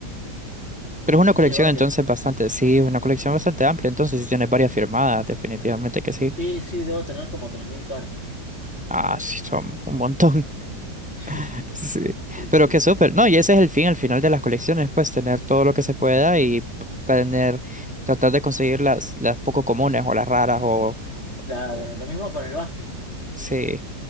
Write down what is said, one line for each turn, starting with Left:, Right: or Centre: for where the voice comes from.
Centre: Pero es una
Left: No
Centre: colección
Left: sé, varias.
Centre: entonces bastante, sí, una colección bastante amplia, entonces sí tienes varias firmadas, definitivamente que sí.
Left: Sí, sí, debo tener como 3.000 cartas.
Centre: Ah, sí, son un montón. <laughs>
Left: <laughs>
Centre: Sí.
Left: Sí,
Centre: Pero
Left: sí, sí,
Centre: qué
Left: sí,
Centre: súper.
Left: sí.
Centre: No, y ese es el fin, al final de las colecciones, pues tener todo lo que se pueda y tener, tratar de conseguir las, las poco comunes o las raras o,
Left: Claro,
Centre: o-
Left: lo mismo con el básquet.
Centre: sí.